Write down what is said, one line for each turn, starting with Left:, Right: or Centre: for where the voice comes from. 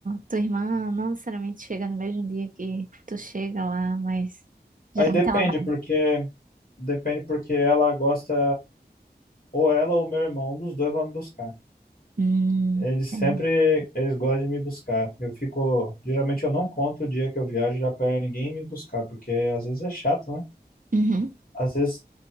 Right: tua irmã não necessariamente chega no mesmo dia que tu chega lá, mas geralmente
Left: Aí depende
Right: ela vai.
Left: porque depende porque ela gosta ou ela ou meu irmão, um dos dois vão me buscar.
Right: Hum,
Left: Eles
Right: entendi.
Left: sempre, eles gostam de me buscar. Eu fico, geralmente eu não conto o dia que eu viajo já para ninguém me buscar, porque às vezes é chato, né?
Right: Uhum.
Left: Às vezes,